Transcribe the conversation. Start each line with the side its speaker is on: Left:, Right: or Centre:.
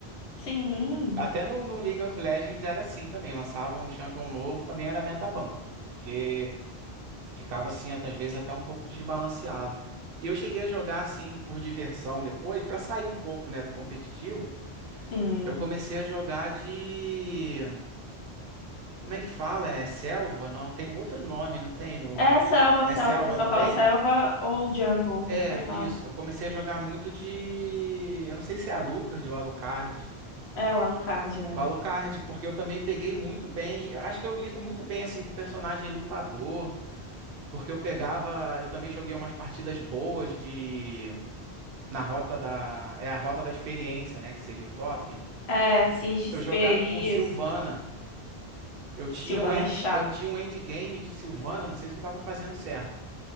Left: Sim,
Right: Até no, no League of Legends era assim também. Lançava um champion novo, também era metaban. Porque ficava assim, às vezes, até um pouco desbalanceado. E eu cheguei a jogar assim por diversão depois, pra sair um pouco, né, do competitivo.
Left: sim.
Right: Eu comecei a jogar de. Como é que fala? É selva? Não, tem um outro nome, não tem? No...
Left: É selva,
Right: É
Left: selva.
Right: selva
Left: O pessoal
Right: também?
Left: fala selva ou jungle,
Right: É,
Left: que falam.
Right: isso. Eu comecei a jogar muito de. Eu não sei se é a Alucard ou Alucard.
Left: É, o Alucard, é.
Right: Alucard, porque eu também peguei muito bem. Acho que eu lido muito bem assim com personagem lutador, porque eu pegava, eu também joguei umas partidas boas de na rota da é a rota da experiência, né, que seria o top.
Left: É, sim, XP,
Right: Eu jogar com Sylvana.
Left: isso.
Right: Eu tinha
Left: Silvana
Right: um end,
Left: é chata.
Right: eu tinha um endgame de Sylvana, não sei se eu tava fazendo certo,